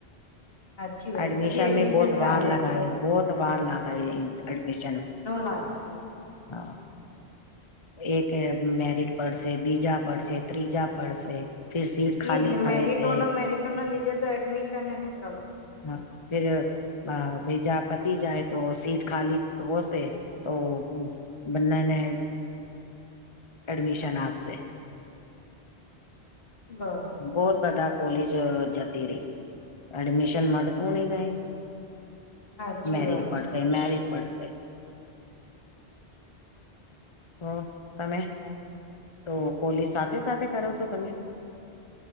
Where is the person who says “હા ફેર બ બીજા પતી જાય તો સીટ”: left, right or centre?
Left